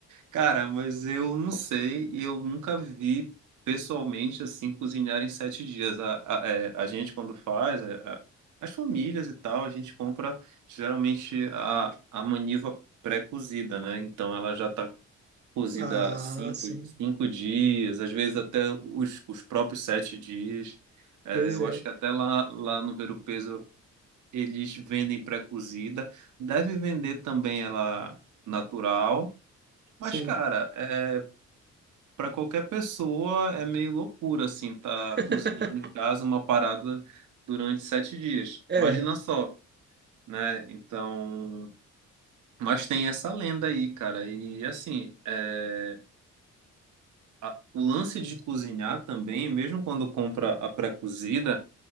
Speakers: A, on the right; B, on the right.
A: Cara, mas eu não sei e eu nunca vi pessoalmente assim cozinhar em sete dias. A, a, é, a gente, quando faz, é, a- as famílias e tal, a gente compra geralmente a, a maniva pré-cozida, né? Então ela já tá cozida
B: Ah,
A: cinco,
B: sim.
A: cinco dias, às vezes até os, os próprios sete dias. É,
B: Pois
A: eu
B: é.
A: acho que até lá, lá no Ver o Peso eles vendem pré-cozida. Deve vender também ela natural. Mas,
B: Sim.
A: cara, é, para qualquer pessoa é meio loucura, assim, tá
B: <laughs>
A: cozinhando em casa uma parada durante sete dias.
B: É,
A: Imagina só, né? Então... Mas tem essa lenda aí, cara. E assim, é, a- o lance de cozinhar também, mesmo quando compra a pré-cozida,